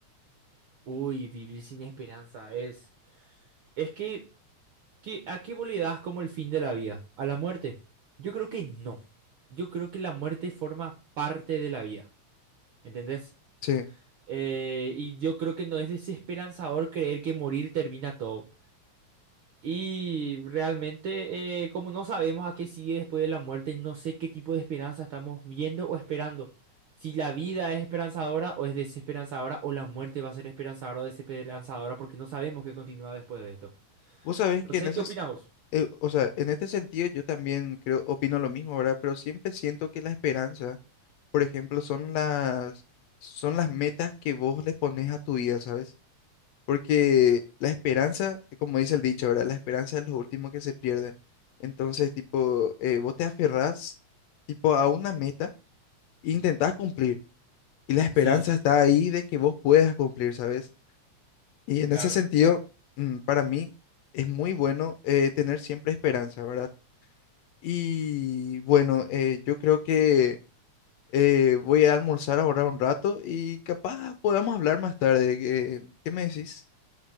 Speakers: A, on the right; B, on the left.
A: Uy, vivir sin esperanza es... Es que, que ¿a qué vos le das como el fin de la vida? ¿A la muerte? Yo creo que no. Yo creo que la muerte forma parte de la vida. ¿Entendés?
B: Sí.
A: Eh, y yo creo que no es desesperanzador creer que morir termina todo. Y realmente, eh, como no sabemos a qué sigue después de la muerte, no sé qué tipo de esperanza estamos viendo o esperando. Si la vida es esperanzadora o es desesperanzadora, o la muerte va a ser esperanzadora o desesperanzadora, porque no sabemos qué continúa después de esto.
B: Vos sabés
A: No
B: que
A: sé,
B: en ese,
A: ¿qué opinas
B: s-
A: vos?
B: eh, o sea, en este sentido yo también creo, opino lo mismo, ¿verdad? Pero siempre siento que la esperanza por ejemplo, son las, son las metas que vos le pones a tu vida, ¿sabes? Porque la esperanza, como dice el dicho, ¿verdad? La esperanza es lo último que se pierde. Entonces, tipo, eh, vos te aferrás, tipo, a una meta e intentás cumplir. Y la esperanza
A: Sí,
B: está ahí de que vos puedas cumplir, ¿sabes? Y en
A: Claro,
B: ese sentido, mm, para mí, es muy bueno eh, tener siempre esperanza, ¿verdad? Y bueno, eh, yo creo que Eh, voy a almorzar ahora un rato y capaz podamos hablar más tarde. ¿Qué, qué me decís?